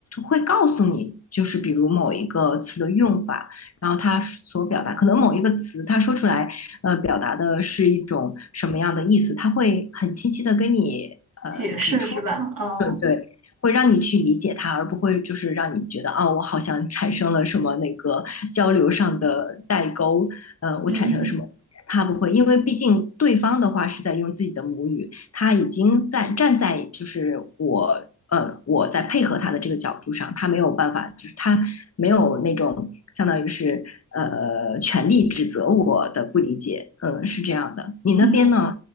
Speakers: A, on the left; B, on the right.
A: 会告诉你，就是比如某一个词的用法，然后他所表达，可能某一个词他说出来。呃，表达的是一种什么样的意思，他会很清晰的跟你呃指出
B: 解释是吧？哦，
A: 对，会让你去理解他，而不会就是让你觉得啊、哦我好像产生了什么那个交流上的代沟，呃，我产生了什么。
B: 嗯
A: 他不会，因为毕竟对方的话是在用自己的母语，他已经在站在就是我呃我在配合他的这个角度上，他没有办法，就是他没有那种相当于是呃权利指责我的不理解，嗯，呃是这样的。你那边呢？
B: 嗯。